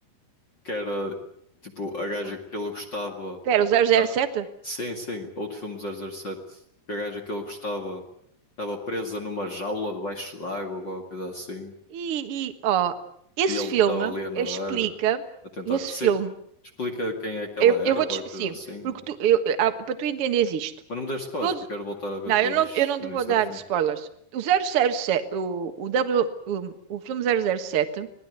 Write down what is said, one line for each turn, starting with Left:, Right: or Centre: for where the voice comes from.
Left: que era tipo a gaja
Right: o-
Left: que ele gostava.
Right: Pera, o 007?
Left: Ah, sim, sim, outro filme do 007. Que a gaja que ele gostava estava presa numa jaula debaixo d'água ou alguma coisa assim.
Right: E, e ó, esse
Left: E ele
Right: filme
Left: estava ali a nadar,
Right: explica.
Left: a tentar.
Right: Esse
Left: Sim,
Right: filme.
Left: explica quem é que ela
Right: Eu,
Left: era
Right: eu vou
Left: ou
Right: te.
Left: qualquer
Right: Sim,
Left: coisa assim.
Right: porque tu, eu, ah, para tu entenderes isto.
Left: Mas não me deste pausas,
Right: Todos,
Left: que eu quero voltar a ver
Right: não,
Left: todos
Right: eu não, eu não
Left: do
Right: te
Left: início
Right: vou dar
Left: ao fim.
Right: spoilers. O 007, o, o, w, o, o filme zero zero Sete.